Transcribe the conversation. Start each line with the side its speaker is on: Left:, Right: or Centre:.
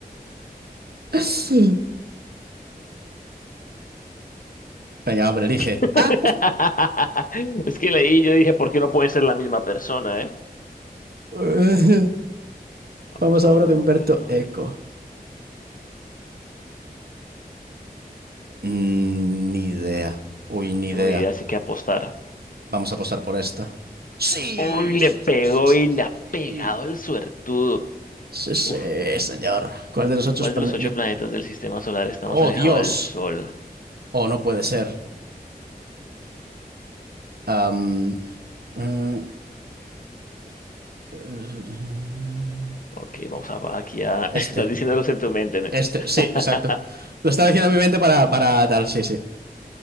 Right: Ay. Venga, hombre, elige.
Left: <laughs>
Right: Ah.
Left: Es que leí, yo dije, ¿por qué no pueden ser la misma persona, eh?
Right: <laughs>
Left: Vamos
Right: Vamos a
Left: a
Right: obra
Left: ver
Right: de
Left: a
Right: Humberto
Left: Humberto Eco.
Right: Eco. Mm, Ni idea. Uy, ni
Left: No
Right: idea.
Left: tengo ni idea, así que apostar.
Right: Vamos a posar por esta. Sí,
Left: Uy, le
Right: sí,
Left: pegó
Right: sí, sí, sí,
Left: y le ha
Right: sí.
Left: pegado el suertudo.
Right: Sí, sí,
Left: Uf,
Right: señor. ¿Cuál de los ocho
Left: ¿cuál
Right: paneles?
Left: de los ocho planetas del sistema solar está
Right: ¡Oh,
Left: más alejado
Right: Dios!
Left: del Sol?
Right: O no puede ser. Am, eh, eh,
Left: Ok, vamos a aquí a...
Right: este.
Left: <laughs> Estás diciéndolos en tu mente, ¿no?
Right: Este,
Left: <laughs>
Right: sí, exacto. Lo estaba diciendo en mi mente para, para tal, sí, sí.